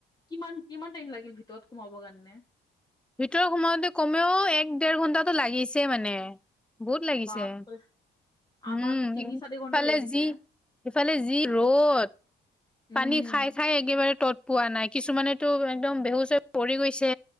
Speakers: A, on the left (about 20°); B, in the centre.
A: কিমান, কিমান টাইম লাগিল ভিতৰত সোমাবৰ কাৰণে?
B: ভিতৰৰ সোমাওঁতে কমেও এক, ডেৰ ঘন্টাটো লাগিছেই মানে। বহুত লাগিছে।
A: বাপৰে
B: উম,
A: আমাৰতো তিনি
B: ইফালে
A: চাৰি ঘন্টা লাগিছে।
B: যি ইফালে যি ৰ'দ।
A: উম
B: পানী খাই খাই একেবাৰে তত পোৱা নাই, কিছুমানেটো একদম বেহুচ হৈ পৰি গৈছে।